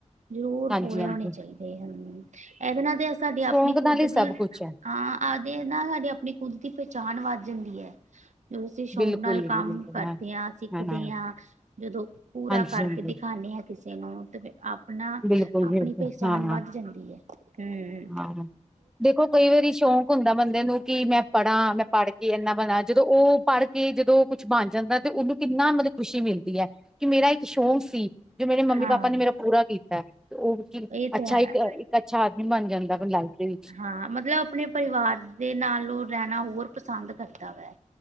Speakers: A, on the right (about 75°); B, in the centre.
A: ਜ਼ਰੂਰ
B: ਹਾਂਜੀ
A: ਪੂਰੇ
B: ਹਾਂਜੀ।
A: ਹੋਣੇ ਚਾਹੀਦੇ ਹਨ, ਇਹਦੇ ਨਾਲ ਤੇ ਸਾਡੀ
B: ਸ਼ੌਂਕ
A: ਆਪਣੀ ਖੁਦ
B: ਨਾਲ ਹੀ ਸਭ
A: ਦੀ,
B: ਕੁਛ ਹੈ
A: ਹਾਂ ਆਖਦੇ ਹੈ ਨਾ, ਸਾਡੀ ਆਪਣੀ ਖੁਦ ਦੀ ਪਹਿਚਾਣ ਵੱਧ ਜਾਂਦੀ ਹੈ ਜੋ ਅਸੀਂ ਸ਼ੌਕ
B: ਬਿਲਕੁਲ
A: ਨਾਲ
B: ਜੀ
A: ਕੰਮ
B: ਬਿਲਕੁਲ
A: ਕਰਦੇ
B: ਹਾਂ
A: ਆਂ, ਸਿੱਖਦੇ
B: ਹਾਂ। ਹਾਂ,
A: ਆਂ। ਜਦੋਂ ਪੂਰਾ
B: ਹਾਂਜੀ
A: ਕਰਕੇ
B: ਹਾਂਜੀ
A: ਦਿਖਾਨੇ ਆਂ, ਕਿਸੇ ਨੂੰ ਤੇ ਆਪਣਾ
B: ਬਿਲਕੁਲ ਬਿਲਕੁਲ
A: ਆਪਣੀ ਪਹਿਚਾਣ
B: ਹਾਂ
A: ਵੱਧ
B: ਹਾਂ।
A: ਜਾਂਦੀ ਹੈ, ਹੂ
B: ਹਾਂ। ਦੇਖੋ ਕਈ ਵਾਰੀ ਸ਼ੌਕ ਹੂ ਹੁੰਦਾ ਬੰਦੇ ਨੂੰ, ਕਿ ਮੈਂ ਪੜ੍ਹਾਂ ਮੈਂ ਪੜ੍ਹ ਕੇ ਇੰਨਾ ਬਣਾ, ਜਦੋਂ ਉਹ ਪੜ੍ਹ ਕੇ ਜਦੋਂ ਕੁਛ ਬਣ ਜਾਂਦਾ ਤੇ, ਉਹਨੂੰ ਕਿੰਨਾ, ਮਤਲਬ ਖੁਸ਼ੀ ਮਿਲਦੀ ਹੈ, ਕਿ ਮੇਰਾ ਇੱਕ ਸ਼ੌਕ ਸੀ, ਜੋ ਮੇਰੇ ਮੰਮੀ
A: ਹਾਂ
B: ਪਾਪਾ ਨੇ ਮੇਰਾ ਪੂਰਾ ਕੀਤਾ। ਤੇ ਉਹ,
A: ਇਹ
B: ਅੱਛਾ
A: ਤਾਂ ਹੈ
B: ਇੱਕ ਇੱਕ ਅੱਛਾ ਆਦਮੀ ਬਣ ਜਾਂਦਾ, ਆਪਣੀ ਲਾਈਫ ਦੇ ਵਿੱਚ।
A: ਹਾਂ ਮਤਲਬ, ਆਪਣੇ ਪਰਿਵਾਰ ਦੇ ਨਾਲ ਉਹ ਰਹਿਣਾ ਹੋਰ ਪਸੰਦ ਕਰਦਾ ਵੈ।